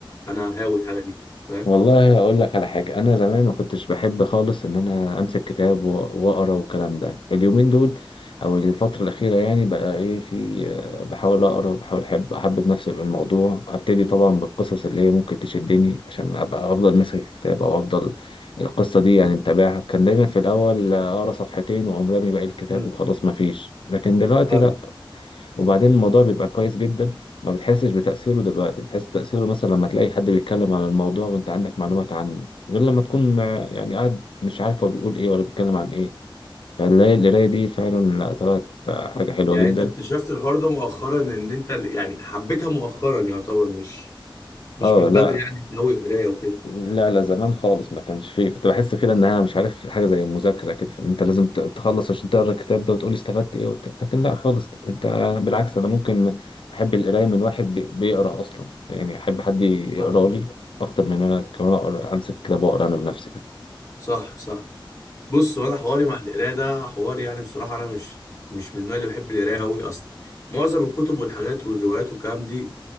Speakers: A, on the left; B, on the left.
A: انا هاوي الحاجه دي فاهم
B: والله اقول لك على حاجه انا زمان ما كنتش بحب خالص ان انا امسك كتاب و- واقرا والكلام ده اليومين دول او الفتره الاخيره يعني بقى ايه في آه، بحاول اقرا وبحاول احب احبب نفسي بالموضوع ابتدي طبعا بالقصص اللي هي ممكن تشدني عشان ابقى افضل ماسك الكتاب او افضل القصه دي يعني متابعها كان دايما في الاول آه، اقرا صفحتين واقوم رامي باقي الكتاب
A: امم
B: وخلاص ما فيش لكن دلوقتي
A: فاهم
B: لا وبعدين الموضوع بيبقى كويس جدا ما بتحسش بتأثيره دلوقتي بتحس تأثيره مثلا لما تلاقي حد بيتكلم عن الموضوع وانت عندك معلومات عنه غير لما تكون آه، يعني قاعد مش عارف هو بيقول ايه ولا بيتكلم عن ايه فالقراية القراية دي فعلا لا، طلعت آه، حاجة حلوة
A: يعني
B: جدا
A: انت اكتشفت الحوار ده مؤخرا ان انت ال- يعني حبيتها مؤخرا يعتبر مش مش
B: اه
A: من
B: لا
A: بدري يعني انت قوي قرايه وكده
B: لا لا زمان خالص ما كانش فيه كنت بحس كده انها مش عارف حاجه زي المذاكره كده فإن انت لازم ت- تخلص عشان تقرا الكتاب ده وتقول استفدت ايه وبتاع لكن لا خالص انت بالعكس انا ممكن احب القرايه من واحد بي- بيقرا اصلا يعني احب حد يقرا
A: اه
B: لي اكتر من انا كمان اقرا امسك كتاب واقرا انا بنفسي
A: صح صح بص هو انا حواري مع القرايه ده حوار يعني بصراحه انا مش مش من النوع اللي بحب القرايه قوي اصلا معظم الكتب والحاجات والروايات والكلام دي